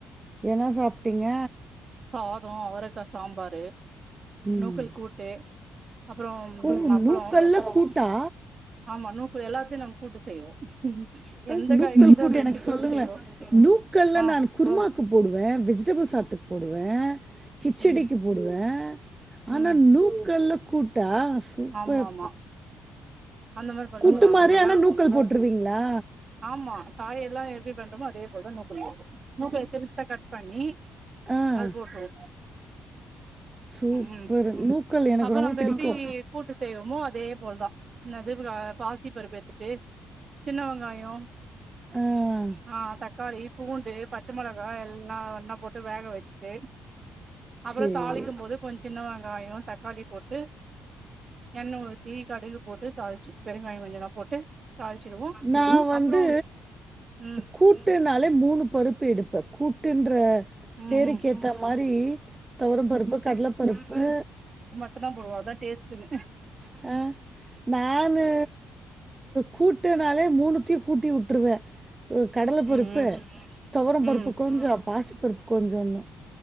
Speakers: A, on the right; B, on the right.
A: என்ன சாப்ட்டீங்க
B: சாதோ அவரக்கா சாம்பாரு
A: ம்
B: நூக்கல் கூட்டு அப்புறோ
A: ஓ
B: அப்பளோ
A: நூக்கல்ல கூட்டா
B: ஆமா நூக்குல் எல்லாத்லயு நம்ம கூட்டு செய்வோ
A: அஹ்,
B: எந்த
A: நூக்கல்
B: காய்கறி கெடைக்தோ அது வச்சு
A: எனக்கு
B: கூட்டு
A: சொல்லுங்களே
B: செய்வோ
A: நூக்கல்ல
B: ஆ
A: நானு க்கு போடுவே வெஜிடபிள் சாத்துக்கு போடுவே கிச்சடிக்கு
B: ம்
A: போடுவே ஆனா
B: ம்
A: நூக்கல்ல கூட்டா சூப்பர்
B: ஆமா ஆமா அந்த மாரி பண்ணுவோ
A: கூட்டு
B: நாங்க
A: மாரி
B: நல்லா
A: ஆனா
B: இருக்கு
A: நூக்கல் போட்ருவீங்களா
B: ஆமா காய் எல்லா எப்டி பண்றமோ அதே போலதா நூக் நூக்குல சிறுசா கட் பண்ணி
A: ஆ
B: அது போட்ருவோ
A: சூப்பர்
B: ம் ம்
A: நூக்கல் எனக்கு
B: அப்ப
A: ரொம்ப
B: நம்ம
A: பிடிக்கு
B: எப்டி கூட்டு செய்வோமோ அதே போல தா அதே போல பாசி பருப்பு எத்துட்டு சின்ன வெங்காயோ
A: ஆ
B: ஆ தக்காளி பூண்டு பச்ச மெளகா எல்லா ஒண்ணா போட்டு வேக வச்சிட்டு அப்பறோ
A: சேரி
B: தாளிக்கும் போது கொஞ்ச சின்ன வெங்காயோ தக்காளி போட்டு எண்ணெ ஊத்தி கடுகு போட்டு தாளிச்சு பெருங்காயோ கொஞ்சமா போட்டு தாளிச்சிடுவோ
A: நா வந்து
B: அப்றோ ம்
A: கூட்டுன்னாலே மூணு பருப்பு எடுப்பே கூட்டுன்ற
B: ம்
A: பேருக்கு
B: ம்
A: ஏத்த மாரி துவரம் பருப்பு கடலப் பருப்பு
B: அதா போடுவோ அதா டேஸ்ட்ன்னு
A: ஆ நானு கூட்டுனாலே மூணுத்தையு கூட்டி விட்ருவே கடலப்
B: ம்
A: பருப்பு
B: ம்
A: துவரம்
B: ம்
A: பருப்பு கொஞ்சோ பாசிப்பருப்பு கொஞ்சோன்னு